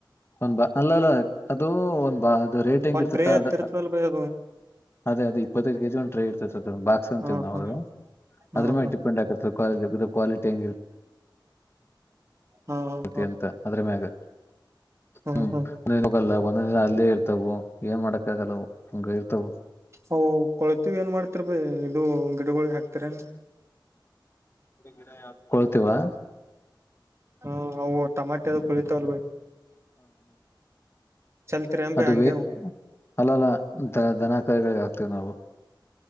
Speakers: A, on the left; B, on the right.
A: ಒಂದ ಬಾ ಅಲ್ಲಾ ಅಲ್ಲಾ ಅದು ಒಂದ್ ಬಾ ಅದು ರೇಟ್. ಹೆಂಗ
B: ಒಂದ
A: ಇರ್ತತ್ತ
B: ಟ್ರೇ ಅಂತಿರ್ತದಲ್ಲಾ
A: ಅದ
B: ಬೈಯಾ.
A: ಅದೇ ಅದೇ ಇಪ್ಪತ್ತೈದು ಕೆ ಜಿ ಒಂದ ರೈ ಇರ್ತೈತೆ ಅದ ಬಾಕ್ಸ್ ಅಂತವ
B: ಹಾ
A: ನಾವು
B: ಹಾ
A: ಅದ.
B: ಹಾ
A: ಅದು ಮೇಲೇ
B: ಹಾ
A: ಡಿಪೆಂಡ ಆಗುತ್ತ ಕ್ವಾಲಿ ಆಕ್ವಾಲಿ ಹೆಂಗ ಇರುತ.
B: ಹೊ ಹೊ
A: ಅತ್ಯಂತ ಅದ್ರ ಮ್ಯಾಗ
B: ಹ್ಮ್
A: ಹು.
B: ಹ್ಮ್
A: ಮೇಲುಗಲ್ಲ ಒಂದ ದಿನ ಅಲ್ಲೇ ಇರ್ತವು ಏನ್ ಮಾಡಕ್ಕ ಆಗಲ್ಲ ಅವು ಹಂಗ ಇರ್ತವು.
B: ಅವು ಕೊಳತಿವಿ ಏನ್ ಮಾಡ್ತರಿ ಬೈ ಇದು ಗಿಡಗಳಿಗೆ ಹಾಕ್ತಿರೇನ.
A: ಇದು ಗಿಡಾ ಯಾವದ ಕೊಳ್ತೀವಾ.
B: ಹಾ ಅವು ಟಮಾಟೆದ ಕೋಳಿತಾವದು ಬೈ. ಚಲ್ತಿರೇನ್
A: ಅದು
B: ಬೈ ಹಂಗೆ
A: ವೇ ಅಲ್ಲಾ ಅಲ್ಲಾ ದ ದನಾ ಕರಿಗಳಿಗೆ ಹಾಕ್ತಿವಿ ನಾವು.